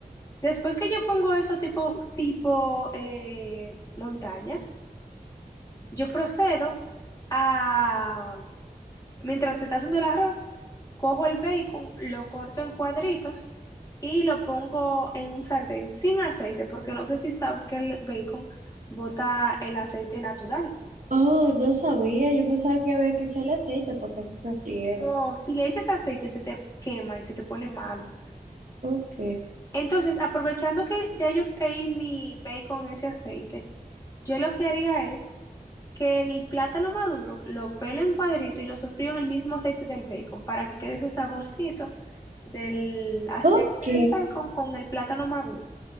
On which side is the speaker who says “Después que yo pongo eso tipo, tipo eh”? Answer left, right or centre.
Left